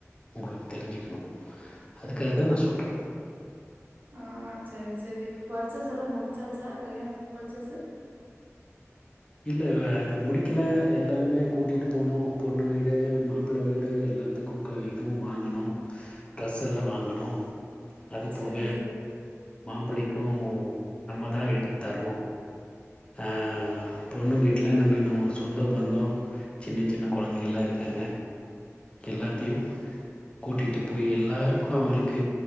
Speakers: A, on the left; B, on the right.
A: உங்களுக்கு தெரிஞ்சுக்கணு அதுக்காக தா நா சொல்றே
B: ஆ செரி செரி பர்ச்சஸ் எல்லா முடிச்சாச்சா கல்யாணத்துக்கு பர்ச்சஸ்ஸு
A: இல்ல அது முடிக்கல எல்லாமே கூட்டிட்டு போனோ பொண்ணு வீடு மாப்பிள வீடு எல்லாத்துக்கு க இதுவு வாங்குனோ ட்ரஸ் எல்லா வாங்குனோ அது
B: சரி.
A: போக மாப்பிளைக்கு நம்ம தா எடுத் தர்ணு ஆ பொண்ணு வீட்ல நம்ம இன்னு சொந்தோ பந்தோ சின்ன சின்ன கொழந்தைங்கல்லா இருக்காங்க எல்லாத்தையு கூட்டிட்டு போய் எல்லாருக்கு அவுங்களுக்கு